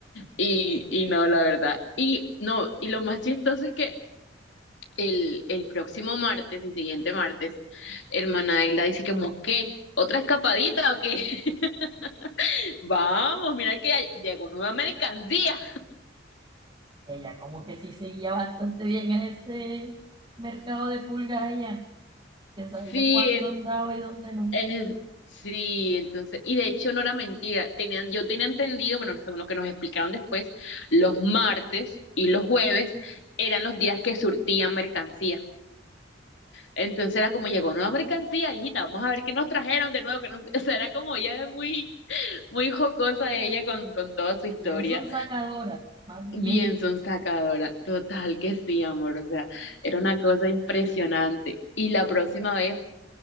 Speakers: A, on the left; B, on the right.
A: Y, y no, la verdad. Y no, y lo más chistoso es que el, el próximo martes, el siguiente martes, hermana Elda dice como, ¿qué? ¿Otra escapadita o qué? <laughs> Vamos, mira que ya llegó nueva mercancía.
B: Ella como que sí seguía bastante bien a ese mercado de pulgas allá, que sabía
A: Sí,
B: cuándo
A: en-
B: andaba y dónde no.
A: eh, sí, entonces, y de hecho no era mentira. Tenían, yo tenía entendido, bueno, según lo que nos explicaron después, los martes y los jueves eran los días que surtían mercancía. Entonces era como llegó nueva mercancía, hijita, vamos a ver qué nos trajeron de nuevo, que no sé, <laughs> o sea, era como ella muy, muy jocosa ella con, con toda su historia.
B: Bien son sacadoras, más bien.
A: Bien sonsacadora, total que sí, amor, o sea, era una cosa impresionante. Y la próxima vez,